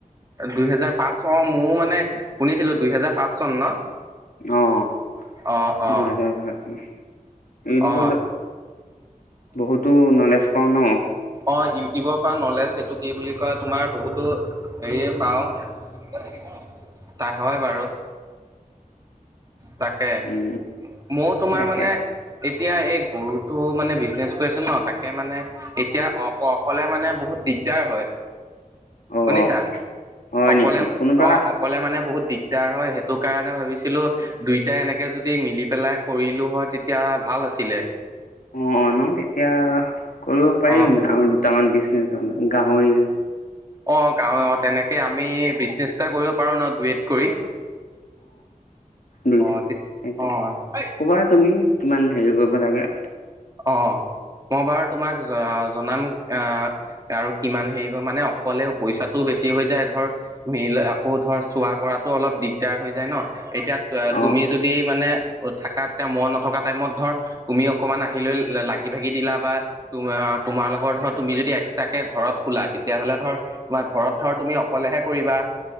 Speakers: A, on the right; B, on the left.
A: দুই হেজাৰ পাঁচ চন মোয়ো মানে শুনিছিলোঁ দুই হেজাৰ পাঁচ চন ন'?
B: অ'
A: অ' অ'
B: দুহেজাৰ পাঁচ চন। ইউটিউবত
A: অ'।
B: বহুতো নলেজ পাওঁ ন
A: অ' ইউটিউবৰ পৰা নলেজ এইটো কি বুলি কয় তোমাৰ বহুতো হেৰিয়ে পাওঁ। তা হয় বাৰু। তাকে
B: উম,
A: মই তোমাৰ
B: তাকে
A: মানে এতিয়া এই গৰুটো মানে বিজনেছ কৰি আছো ন' তাকে মানে এতিয়া অক অকলে মানে বহুত দিগদাৰ হয়।
B: অ',
A: শুনিছা?
B: হয়
A: অকলে
B: নেকি
A: অ অকলে
B: কোনোবা
A: অকলে মানে বহুত দিগদাৰ হয় সেইটো কাৰণে ভাবিছোঁ ছিলো দুইটাই এনেকে যদি মিলি পেলাই কৰিলো হয় তেতিয়া ভাল আছিলে।
B: অ', ন' তেতিয়া কৰিব পাৰি
A: অ
B: মানে আৰু দুটামান বিজনেছ মানে গাহৰি।
A: অ' গাঁৱতে তেনেকে আমি বিজনেছ এটা কৰিব পাৰো ন' দোয়েট কৰি?
B: দুইটাই
A: অ তে অ
B: কবা তুমি কিমান হেৰি কৰিব লাগে।
A: অ' মই বাৰু তোমাক জনাম আহ আৰু কিমান হেৰি কৰে মানে অকলেও পইচাটোও বেছি হৈ যায় ধৰ মিল আকৌ ধৰ চোৱা কৰাতো অলপ দিগদাৰ হৈ যায় ন। এতিয়া
B: অ',
A: তুমি যদি মানে থাকা তেতিয়া মই নথকা টাইমত ধৰ তুমি অকমান আহি আহি লৈ লাগি ভাগি বা তোমাৰ লগত তুমি যদি তাকে ঘৰত হোলা তেতিয়া হ'লে ধৰ তোমাৰ ঘৰত ধৰ তুমি অকলেহে কৰিবা।